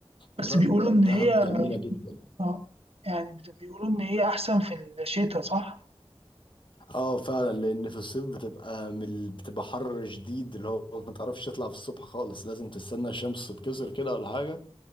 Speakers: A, on the right (about 80°); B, on the left (about 55°).
A: بس
B: لا
A: بيقولوا إن
B: دهب
A: هي
B: جميلة جدا
A: اه يعني بت- بيقولوا ان هي احسن في الشتاء صح
B: اه فعلا لان في الصيف بتبقى من ال- بتبقى حر شديد اللي هو ما تعرفش تطلع في الصبح خالص لازم تستنى الشمس تتكسر كده ولا حاجة